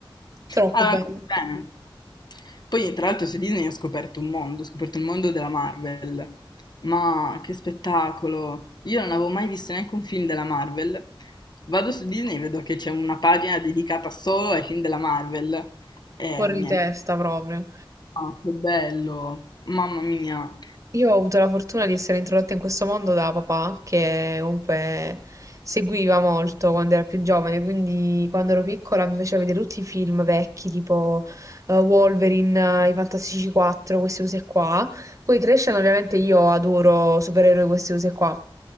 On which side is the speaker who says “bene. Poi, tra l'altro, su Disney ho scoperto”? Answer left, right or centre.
Left